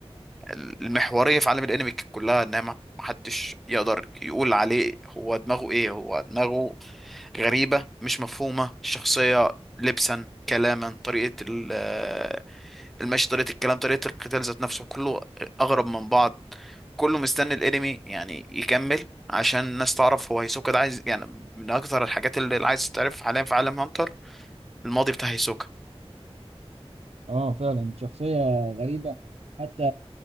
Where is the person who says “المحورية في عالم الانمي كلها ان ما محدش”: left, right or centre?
Centre